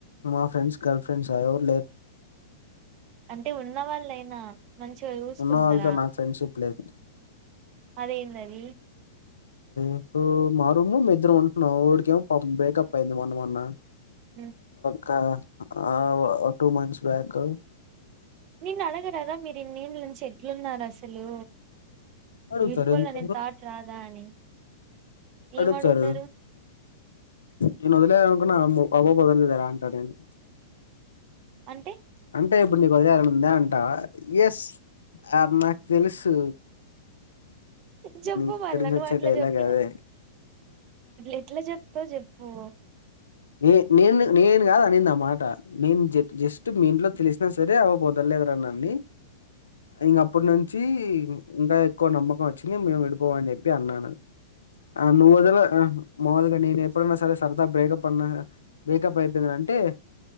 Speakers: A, on the left (about 70°); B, on the right (about 35°).
A: మా ఫ్రెండ్స్ గర్ల్ ఫ్రెండ్స్ ఆ ఎవర్ లేర్
B: అంటే ఉన్నవాళ్ళయినా మంచిగా చూసుకుంటరా
A: ఉన్న వాళ్ళతో నాకు ఫ్రెండ్షిప్ లేదు
B: అదేందది
A: ఇప్పుడు మా రూమ్ లో ఇద్దరం ఉంటున్నాం ఒడికేమో బ్రేకప్ అయి్యంది మొన్న వన్న
B: ఉ
A: క ఒక టూ మంత్స్ బ్యాక్
B: నిన్న అడగరాద మీరు ఇన్నిళ్ నుంచి ఎట్లున్నారు అసలు
A: అడుగుతారు
B: విడిపోల
A: ఎందుకు
B: తాట్ రాధా అని
A: అడుతారు
B: ఏం అడుగుతారు
A: నేను వదిలే అనుకున్న బబ్బా పొదలేదు ఎలా అంటాడు నేను
B: అంటె
A: అంటే ఇప్పుడు నీకు ఉదయాల ఉందా అంటావ ఎస్ నాకు తెలుసు
B: చెప్పు
A: నీ దగ్గర
B: మల్లా
A: నుంచి
B: నువ్
A: వచ్చే
B: అట్ల
A: డైలాగ్
B: జెబ్
A: అదే
B: ఎట్లా జబ్త ఓ
A: నే నేను నేను కాదు అనింది నా మాట నేను జె జెస్ట్ మీ ఇంట్లో తెలిసినా సరే అవ్వబపోద లేదరా నన్నీ ఇంక అప్పటి నుంచి ఇంక ఎక్కువ నమ్మకం వచ్చింది మేము విడిపోమని చెప్పి అన్నాను ఆ నువ్వుదుల మాముల్గా నేను ఎప్పుడన్నా సరే సరదా బ్రౌకప్ అన్న బ్రేకప్ అయిపోయింది అంటే